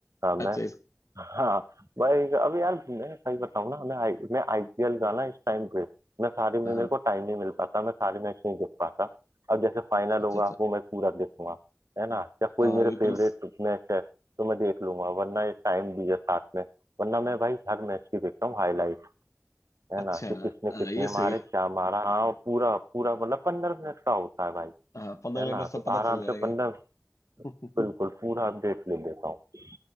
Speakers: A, on the right; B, on the left.
A: मैं
B: अच्छा इस
A: हाँ भाई अब यार मैं सही बताऊँ ना मैं आई मैं आईपीएल का ना इस टाइम पे मैं सारी में
B: हाँ
A: मेरे
B: हाँ।
A: को टाइम नहीं मिल पाता मैं सारे मैच नहीं देख पाता अब जैसे फाइनल
B: अच्छा
A: होगा
B: अच्छा
A: वो मैं पूरा देखूंगा है ना या कोई
B: हाँ
A: मेरे
B: वीकेंड्स
A: फेवरेट मैच है तो मैं देख लूंगा वरना ये टाइम भी है साथ में वरना मैं भाई हर मैच की देखता हूँ हाईलाइट है
B: अच्छा
A: ना कि किसने
B: हाँ
A: कितने
B: ये सही
A: मारे
B: है
A: क्या मारा हाँ पूरा पूरा मतलब पंद्रह मिनट का होता है भाई
B: <laughs> हाँ पंद्रह
A: है
B: मिनट
A: ना
B: में सब
A: तो
B: पता
A: आराम
B: चल जाएगा
A: से पंद्रह
B: <laughs>
A: बिल्कुल पूरा अपडेट ले लेता हूँ